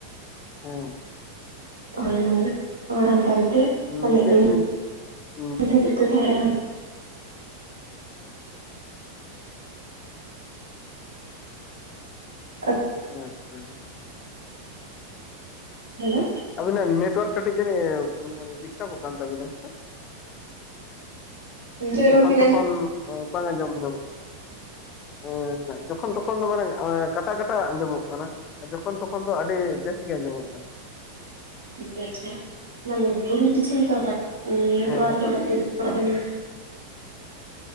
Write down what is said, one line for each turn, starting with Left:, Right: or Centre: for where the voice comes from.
Left: ᱦᱮᱸ
Right: ᱦᱳᱭᱮᱱ ᱢᱟᱸᱫᱷᱮᱨ ᱦᱚᱲᱟ ᱢᱮᱛᱟᱫᱤ ᱛᱮᱸᱦᱮᱫ
Left: ᱩᱸ
Right: ᱚᱱᱮ
Left: ᱪᱮᱫ
Right: ᱤᱱ,
Left: ᱵᱤᱱ ᱩᱸ
Right: <unintelligible>
Left: ᱪᱮᱫ
Right: ᱛᱟᱦᱮᱸ ᱠᱟᱱᱟ <unintelligible>
Left: ᱟᱪᱪᱷᱟ
Right: ᱦᱮᱞᱳ
Left: ᱟᱹᱵᱤᱱᱟᱜ ᱱᱮᱴᱣᱟᱨᱠ ᱠᱟᱹᱴᱤᱡ ᱡᱟᱹᱱᱤᱡ ᱮ ᱰᱤᱥᱴᱟᱵᱚᱜ ᱠᱟᱱ ᱛᱟᱹᱵᱤᱱᱟ ᱦᱮᱸ ᱥᱮ?
Right: ᱱᱤᱛᱚᱜ
Left: ᱡᱚᱠᱷᱚᱱ
Right: ᱨᱮᱦᱚᱸ ᱵᱤᱱ
Left: ᱛᱚᱠᱷᱚᱱ
Right: ᱟᱸᱡᱚᱢ
Left: ᱵᱟᱝ ᱟᱸᱡᱚᱢ ᱧᱟᱢᱚᱜ ᱦᱮᱸᱧᱟᱜ ᱡᱚᱠᱷᱚᱱ ᱛᱚᱠᱷᱚᱱ ᱫᱚ ᱢᱟᱱᱮ ᱚᱭ ᱠᱟᱴᱟ ᱠᱟᱴᱟ ᱟᱸᱡᱚᱢᱚᱜ ᱠᱟᱱᱟ᱾ ᱟ ᱡᱚᱠᱷᱚᱱ ᱛᱚᱠᱷᱚᱱ ᱫᱚ ᱟᱹᱰᱤ ᱵᱮᱥ ᱜᱮ ᱟᱸᱡᱚᱢᱚᱜ ᱠᱟᱱᱟ᱾
Right: ᱴᱷᱤᱠ ᱟᱪᱪᱷᱟ ᱢᱟᱱᱮ ᱵᱩᱨᱩ ᱫᱤᱥᱚᱢ ᱛᱚ ᱠᱟᱹᱴ ᱱᱮᱴᱣᱟᱨᱠ
Left: ᱦᱮᱸ ᱱᱤᱛᱚᱜ
Right: ᱫᱚ ᱠᱟᱴᱤᱡ ᱯᱨᱚᱵᱮᱢ ᱧᱚ